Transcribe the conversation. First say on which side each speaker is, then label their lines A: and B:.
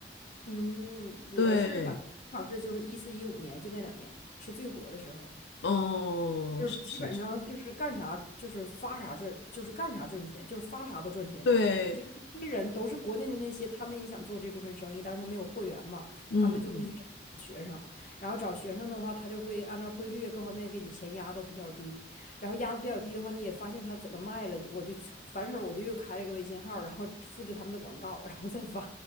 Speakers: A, on the left (about 45°); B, on the left (about 75°).
A: 嗯，我是反正正好是就是一四一五年就那两年是最火的时候。
B: 对。哦，
A: 就是基本上就是干啥就是发啥赚，
B: 是是是，
A: 就是干啥赚钱，就是发啥都赚钱。
B: 对，
A: 就一些人都是国内的那些，他们也想做这部分生意，但是他没有货源嘛，
B: 嗯嗯，
A: 他们就会去找这种学生，然后找学生的话，他就会按照汇率各方面给你钱压都比较低，然后压的比较低的话，你也发现他怎么卖了，我就去反手我就又开了个微信号，然后复制他们的广告，然后再发。